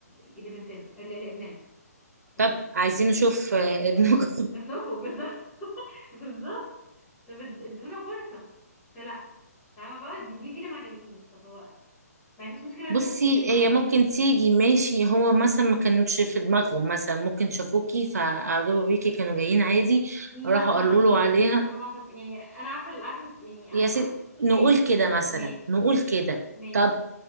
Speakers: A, on the left; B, on the right.
A: لبنتنا لابننا طب
B: طب عايزين نشوف آه، ابنكم
A: ابنكم بالظبط <laughs> بالظبط طب اد- ادونا فرصة فلا فاهمة بقى دي دي, دي اللي ما عجبتنيش طب هو ما عنديش
B: <laughs>
A: مشكلة ان
B: بصي
A: انت كنت جيت معاهم
B: هي ممكن تيجي ماشي هو مثلا ما كانتش في دماغهم مثلا ممكن شافوكي فأعجبوا بيكي كانوا جايين عادي
A: لا
B: راحوا
A: ما
B: قالوا
A: اعتقدش
B: له عليها
A: انا ما اعتقد يعني انا عارفة اللي قعدت يعني انا
B: يا
A: ح...
B: ست
A: ماشي
B: نقول كده مثلا
A: ماشي
B: نقول كده
A: ماشي
B: طب